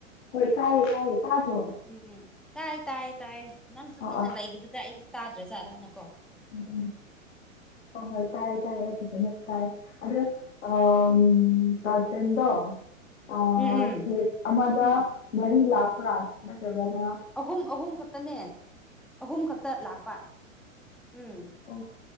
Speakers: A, on the left; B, in the centre.
A: ꯍꯣꯏ ꯇꯥꯏꯌꯦ ꯇꯥꯏꯌꯦ ꯇꯥꯗ꯭ꯔꯣ
B: ꯎꯝ ꯎꯝ ꯇꯥꯏ ꯇꯥꯏ ꯇꯥꯏ ꯅꯪ ꯇꯨꯃꯤꯟꯅ
A: ꯑ ꯑ
B: ꯂꯩꯕꯗꯨꯗ ꯑꯩꯗꯤ ꯇꯥꯗ꯭ꯔꯖꯥꯠꯂꯅꯀꯣ
A: ꯎꯝ ꯎꯝ ꯍꯣꯢ ꯍꯣꯏ ꯇꯥꯏꯌꯦ ꯇꯥꯏꯌꯦ ꯐꯖꯅ ꯇꯥꯏ ꯑꯗꯨꯗ ꯑꯥ ꯒꯥꯜ ꯐ꯭ꯔꯦꯟꯗꯣ ꯑ
B: ꯎꯝ ꯎꯝ
A: ꯁꯦꯠ ꯑꯃꯗ ꯃꯔꯤ ꯂꯥꯛꯄ꯭ꯔꯥꯟ ꯅꯠꯇ꯭ꯔꯒꯅ
B: ꯑꯍꯨꯝ ꯑꯍꯨꯝ ꯈꯛꯇꯅꯦ ꯑꯍꯨꯝ ꯈꯛꯇ ꯂꯥꯛꯄ ꯎꯝ
A: ꯑꯣ